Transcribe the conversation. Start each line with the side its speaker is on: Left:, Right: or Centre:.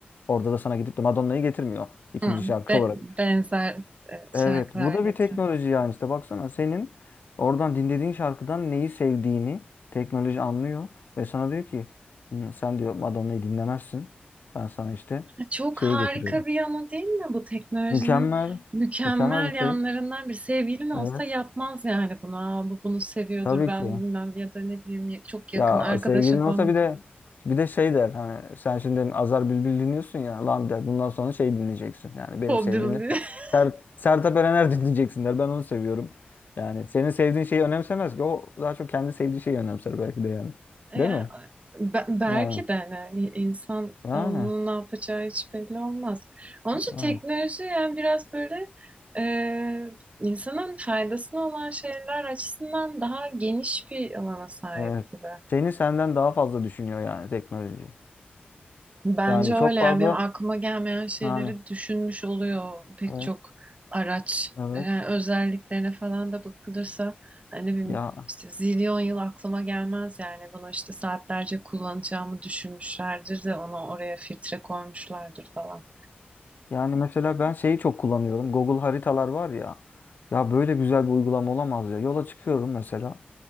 Left: orada da sana gidip de Madonna'yı getirmiyor ikinci
Right: hı.
Left: şarkı
Right: Be-
Left: olarak.
Right: benzer e, şarkılar
Left: Evet, bu da
Right: getiriyor.
Left: bir teknoloji yani işte baksana senin oradan dinlediğin şarkıdan neyi sevdiğini teknoloji anlıyor ve sana diyor ki "Hmm, sen diyor Madonna'yı dinlemezsin. Ben sana işte
Right: Çok
Left: şeyi
Right: harika
Left: getiriyorum.
Right: bir yanı değil mi bu teknolojinin
Left: Mükemmel,
Right: mükemmel
Left: mükemmel bir
Right: yanlarından
Left: şey.
Right: bir sevgilin olsa
Left: Evet,
Right: yapmaz yani bunu. Aa, bu bunu seviyordur
Left: tabii
Right: ben
Left: ki.
Right: bilmem ya da ne bileyim ya- çok yakın
Left: Ya
Right: arkadaşım
Left: sevgilin olsa
Right: falan
Left: bir de bir de şey der hani sen şimdi Azar Bülbül dinliyorsun ya lan der bundan sonra şey dinleyeceksin. Yani benim
Right: Bob
Left: sevdiğim
Right: Dylan'ı.
Left: ne?
Right: <laughs>
Left: Ser, Sertab Erener <laughs> dinleyeceksin der. Ben onu seviyorum. Yani senin sevdiğin şeyi önemsemez ki. O daha çok kendi sevdiği şeyi önemser belki de yani.
Right: E,
Left: Değil mi?
Right: be- belki
Left: Yani.
Right: de hani insan
Left: Yani.
Right: onun ne yapacağı hiç belli olmaz. Onun için
Left: Evet.
Right: teknoloji yani biraz böyle e, insanın faydasına olan şeyler açısından daha geniş bir alana sahip
Left: Evet.
Right: gibi.
Left: Seni senden daha fazla düşünüyor yani teknoloji.
Right: Bence
Left: Yani
Right: öyle
Left: çok fazla
Right: yani benim aklıma gelmeyen şeyleri
Left: yani
Right: düşünmüş oluyor pek
Left: evet
Right: çok araç
Left: evet
Right: e, özelliklerine falan da bakılırsa hani benim
Left: ya
Right: işte zilyon yıl aklıma gelmez yani bunu işte saatlerce kullanacağımı düşünmüşlerdir de ona oraya filtre koymuşlardır falan.
Left: Yani mesela ben şeyi çok kullanıyorum. Google haritalar var ya. Ya böyle güzel bir uygulama olamaz ya. Yola çıkıyorum mesela.